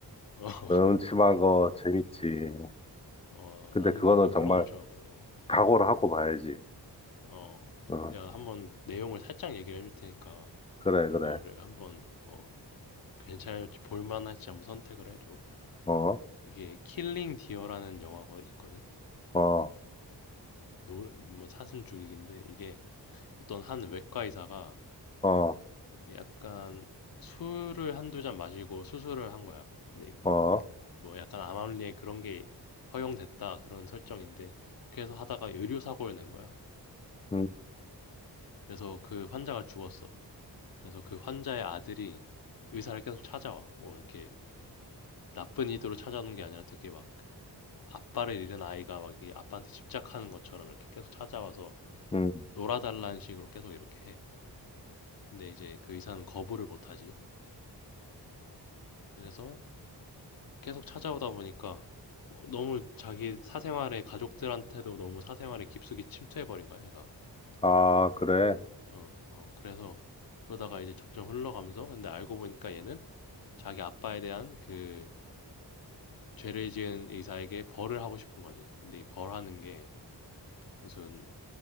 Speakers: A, on the left; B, on the left.
A: 어, <laughs>
B: 음침한 거 재밌지.
A: 어,
B: 근데
A: 나는
B: 그거는
A: 약간
B: 정말
A: 그런 거 좋아하거든. 어,
B: 각오를 하고 봐야지.
A: 어,
B: 어,
A: 내가 한번 내용을 살짝 얘기를 해줄 테니까
B: 그래,
A: 이거를
B: 그래.
A: 한번 어 괜찮을지 볼만할지 한번 선택을 해줘.
B: 어,
A: 이게 킬링 디어라는 영화가 있거든.
B: 어,
A: 노, 뭐 사슴 죽이기인데 이게 어떤 한 외과 의사가
B: 어,
A: 이게 약간 술을 한두 잔 마시고 수술을 한 거야. 근데
B: 어,
A: 그- 뭐 약간 암암리에 그런 게 허용됐다 그런 설정인데 그렇게 해서 하다가 의료 사고를 낸 거야.
B: 음,
A: 그래서 그 환자가 죽었어. 그래서 그 환자의 아들이 의사를 계속 찾아와. 뭐 이렇게 나쁜 의도로 찾아오는 게 아니라 되게 막 아빠를 잃은 아이가 막 이게 아빠한테 집착하는 것처럼 이렇게 계속 찾아와서
B: 음.
A: 놀아달라는 식으로 계속 이렇게 해. 근데 이제 그 의사는 거부를 못하지. 그래서 계속 찾아오다 보니까 어, 너무 자기 사생활에 가족들한테도 너무 사생활에 깊숙이 침투해버린 거야, 얘가.
B: 아, 그래.
A: 어, 어, 그래서 그러다가 이제 점점 흘러가면서 근데 알고 보니까 얘는 자기 아빠에 대한 그 죄를 지은 의사에게 벌을 하고 싶은 거지. 근데 이 벌하는 게 무슨